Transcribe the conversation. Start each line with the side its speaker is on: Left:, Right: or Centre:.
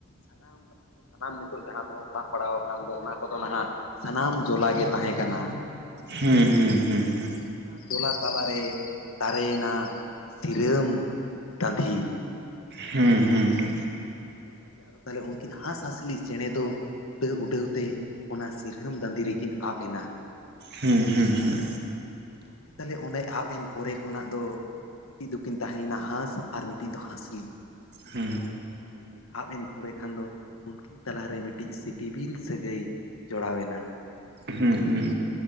Left: ᱥᱟᱱᱟᱢ ᱥᱟᱱᱟᱢ ᱱᱤᱛᱚᱜ ᱡᱟᱦᱟᱸ ᱠᱚᱵᱚᱱ ᱚᱲᱟᱜ ᱵᱟᱲᱟ ᱟᱠᱟᱱ ᱫᱚ ᱚᱱᱟ ᱠᱚᱫᱚ ᱱᱟᱦᱟᱜ ᱥᱟᱱᱟᱢ ᱡᱚᱞᱟ ᱜᱮᱼᱼ ᱛᱟᱦᱮᱸ ᱠᱟᱱᱟ᱾
Right: ᱦᱩ ᱦᱩ ᱦᱩ ᱦᱩ
Left: ᱚᱱᱟ ᱡᱚᱞᱟ ᱛᱟᱞᱟᱨᱮ ᱫᱟᱨᱮᱭᱮᱱᱟ ᱥᱤᱨᱟᱹᱢ ᱫᱟᱹᱫᱷᱤ
Right: ᱦᱩ ᱦᱩ ᱦᱩ
Left: ᱦᱮᱸ ᱜᱚᱢᱠᱮ ᱟᱫᱚ ᱛᱟᱦᱚᱞᱮ ᱩᱱᱠᱤᱱ ᱦᱟᱸᱥᱼᱦᱟᱸᱥᱞᱤ ᱪᱮᱬᱮ ᱫᱚᱼᱼ ᱩᱰᱟᱹᱣ ᱩᱰᱟᱹᱣ ᱛᱮ ᱚᱱᱟ ᱥᱤᱨᱟᱹᱢ ᱫᱟᱹᱫᱤ ᱨᱮᱠᱤᱱ ᱟᱵ ᱮᱱᱟ
Right: ᱦᱮᱸ ᱦᱮᱸ ᱦᱮᱸ
Left: ᱜᱚᱢᱠᱮ ᱛᱟᱦᱚᱞᱮ ᱚᱸᱰᱮ ᱟᱵ ᱮᱱ ᱯᱚᱨᱮ ᱠᱷᱚᱱᱟᱜ ᱫᱚ ᱢᱤᱫᱴᱤᱡ ᱫᱚᱠᱤᱱ ᱛᱟᱦᱮᱸ ᱞᱮᱱᱟ ᱦᱟᱸᱥᱼᱼ ᱟᱨ ᱢᱤᱫᱴᱤᱡ ᱫᱚ ᱦᱟᱸᱥᱞᱤ
Right: ᱦᱩᱸ
Left: ᱢᱮᱱ ᱫᱚᱼᱼ ᱚᱱᱟ ᱨᱮᱠᱤᱱ ᱟᱵ ᱮᱱ ᱯᱚᱨᱮ ᱠᱷᱟᱱ ᱫᱚ ᱩᱱᱠᱤᱱ ᱛᱟᱞᱟᱨᱮ ᱢᱤᱫᱴᱤᱡ ᱥᱤᱯᱤᱵᱤᱞ ᱥᱟᱹᱜᱟᱹᱭᱼᱼ ᱡᱚᱲᱟᱣ ᱮᱱᱟ᱾
Right: ᱦᱩᱸ ᱦᱩᱸ